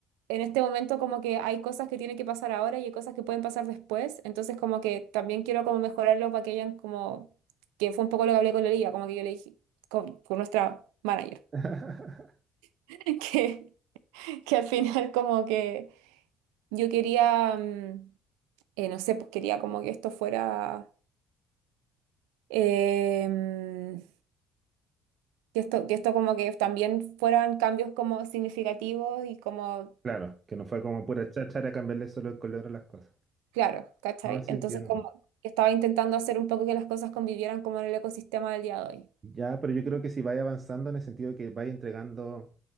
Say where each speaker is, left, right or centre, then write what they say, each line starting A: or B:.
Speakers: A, on the right; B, on the right.
A: en este momento como que hay cosas que tienen que pasar ahora y hay cosas que pueden pasar después, entonces como que también quiero como mejorarlo para que hayan como, que fue un poco lo que hablé con la liga, como que yo le dije, con, con nuestra manager,
B: <laughs>
A: <laughs> que, que al final como que yo quería, mm, eh, no sé, pues quería como que esto fuera, em, que esto, que esto como que también fueran cambios como significativos y como...
B: Claro, que no fue como pura cháchara cambiarle solo el color a las cosas.
A: Claro, ¿cachai?
B: No, sí
A: Entonces,
B: entiendo.
A: como que estaba intentando hacer un poco que las cosas convivieran como en el ecosistema del día de hoy.
B: Ya, pero yo creo que si vais avanzando en el sentido de que vais entregando